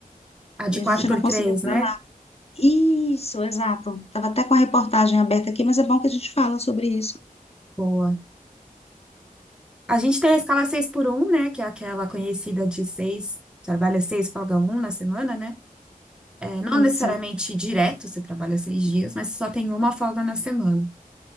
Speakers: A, in the centre; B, on the left.
A: A
B: e
A: de
B: a
A: quatro
B: gente
A: por
B: não
A: três,
B: conseguiu
A: né?
B: falar. Isso, exato. Tava até com a reportagem aberta aqui, mas é bom que a gente fala sobre isso.
A: Boa. A gente tem a escala seis por um, né? Que é aquela conhecida de 6 trabalha 6, folga um na semana, né? É, não necessariamente
B: Isso.
A: direto, você trabalha 6 dias, mas só tem uma folga na semana.